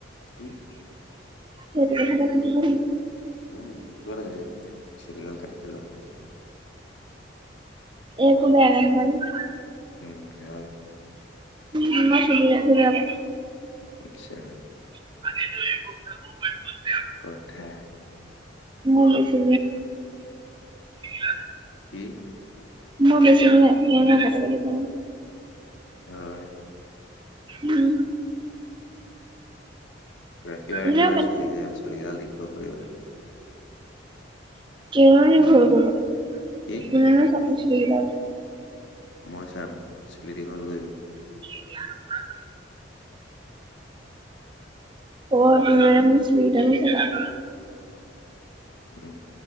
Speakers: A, on the left (about 70°); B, on the right (about 25°).
A: কি?
B: সেইটো কথাতে পিটিব নেকি
A: উম, পিটিব লাগে চুলিগাল কাটি পেলোৱা।
B: একো বেয়া কাম কৰা নাই।
A: উম' হয়
B: উম' মই চুলি ৰাখি বেয়া পাও।
A: আচ্ছা
B: <unintelligible>
A: কথা
B: মই বেছি <unintelligible>
A: কি?
B: মই বেছি দিন ৰাখিব নোৱাৰোঁ কাটি কাটি পেলাও
A: হয়
B: উম'
A: ৰাখিবা
B: এনেও
A: ৰাখিবা
B: কাটি
A: চুলি কিদাল চুলি কিদাল দীঘল কৰিবা।
B: কেলৈনো দীঘল
A: ইমান
B: কৰিব লাগে
A: কি
B: কোনেনো চাব চুলি কেদাল?
A: মই চাম চুলি দীঘল কৰিবি।
B: <unintelligible> অ' তুমি মানে মোৰ চুলি কেদাল <unintelligible>
A: উম'